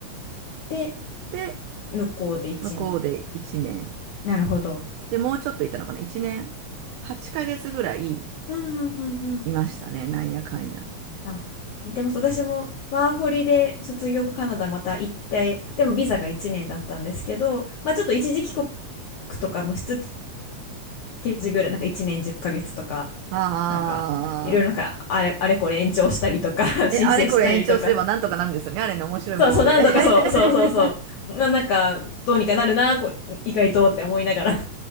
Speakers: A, on the left; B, on the right.
A: で、
B: で、
A: 向こうで一年、
B: 向こうで1年、
A: なるほど。
B: で、もうちょっといたのかな ?1 年8ヶ月ぐらい
A: うんうんうんうん。
B: いましたね。なんやかんや。
A: あ、似てます。私もワーホリで卒業後カナダまた行って、でもビザが1年だったんですけど、まあちょっと一時帰国とかもしつつ、時ぐらい、なんか1年10ヶ月とか
B: ああ。
A: なんか、いろいろなんか、あれ、あれこれ延長したりとか
B: え、
A: <laughs> 申請したりとか、
B: あれこれ延長すればなんとかなるんですよね。あれの面白いもので。
A: そうそう、何度かそう、
B: <laughs>
A: そうそうそう、まあ、なんか、どうにかなるな、こう、意外とって思いながら